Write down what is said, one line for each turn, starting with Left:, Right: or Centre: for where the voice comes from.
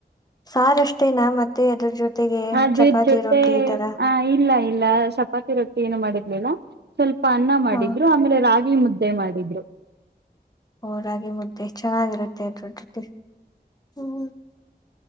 Left: ಸಾರಷ್ಟೇನಾ ಮತ್ತೆ ಅದ್ರ ಜೊತೆಗೆ
Right: ಅದ್ರ
Left: ಚಪಾತಿ
Right: ಜೊತೆ
Left: ರೊಟ್ಟಿ ಈ ತರ
Right: ಆ ಇಲ್ಲ ಇಲ್ಲ ಸ್ವಪ ಿ ರೊಟ್ಟಿ ಏನು ಮಾಡಿರ್ಲಿಲ್ಲ ಸ್ವಲ್ಪ ಅನ್ನ ಮಾಡಿದ್ರು
Left: ಹಾ
Right: ಆಮೇಲೆ ರಾಗಿ ಮುದ್ದೆ ಮಾಡಿದ್ರು
Left: ಹೋರಾಗಿ ಮುದ್ದೆ ಚೆನ್ನಾಗಿರುತ್ತೆ ದೊಡ್ಡಡ್ ಹ್ಮ